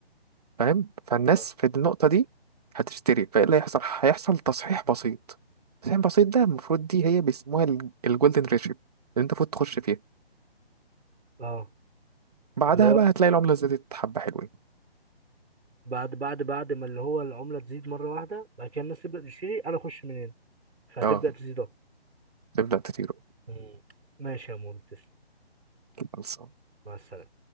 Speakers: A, on the right (about 40°); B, on the right (about 85°).
A: فاهم؟ فالناس
B: اه
A: في النقطة دي هتشتري فإيه اللي هيحصل؟ هيحصل تصحيح بسيط تصحيح بسيط ده المفروض دي هي بيسموها الجولدن ريشيو اللي أنت المفروض تخش فيها
B: آه.
A: بعدها
B: اللي هو
A: بقى هتلاقي العملة زادت حبة حلوين
B: بعد بعد بعد ما اللي هو العملة تزيد مرة واحدة بعد كده الناس تبدأ تشتري انا اخش منين فهتبدأ
A: اه
B: تزيد اكتر
A: تبدأ تطير
B: مم. ماشي يا مول تسلم
A: خلاص
B: مع السلامة